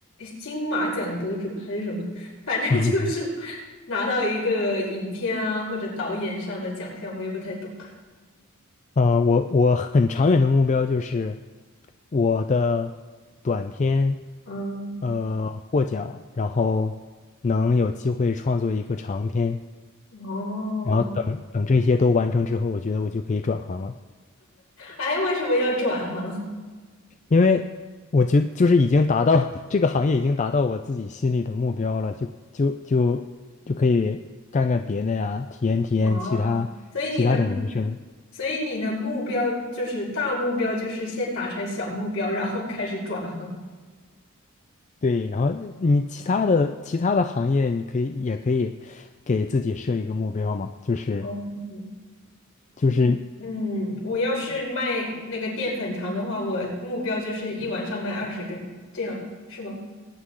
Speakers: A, on the left (about 70°); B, on the left (about 35°).
A: 金马奖得主还是什么？<laughs> 反正就是
B: <laughs>
A: 拿到一个影片啊或者导演上的奖项，我也不太懂。
B: 呃，我我很长远的目标就是我的短片，
A: 嗯，
B: 呃，获奖，然后能有机会创作一个长片，
A: 哦，
B: 然后等等这些都完成之后，我觉得我就可以转行了。
A: 哎，为什么要转行？
B: 因为我觉得就是已经达到 <laughs> 这个行业已经达到我自己心里的目标了，就就就就可以干干别的呀，体验体验其他其他种人生。
A: <laughs> 哦，所以你的，所以你的目标就是大目标，就是先达成小目标，然后开始转行。
B: 对，然后你其他的其他的行业，你可以也可以给自己设一个目标嘛，就是
A: 哦
B: 就是
A: 嗯，我要是卖那个淀粉肠的话，我目标就是一晚上卖二十根，这样是吗？